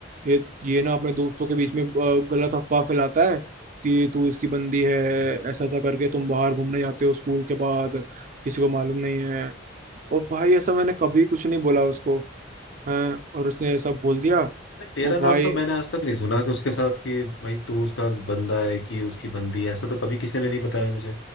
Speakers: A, on the right; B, on the left.
A: ये ये ना अपने दोस्तों के बीच में अ, गलत अफवाह फैलाता है कि तू इसकी बंदी है
B: अच्छा
A: ऐसा ऐसा करके तुम बाहर घूमने जाते हो स्कूल के बाद किसी को मालूम नहीं है और भाई ऐसा मैंने कभी कुछ नहीं बोला उसको हैं और उसने ये सब बोल दिया
B: मैं तेरा
A: वो भाई
B: नाम तो मैंने आज तक नहीं सुना कि उसके साथ कि भाई तू उसका बंदा है कि उसकी बंदी है ऐसा तो कभी किसी ने नहीं बताया मुझे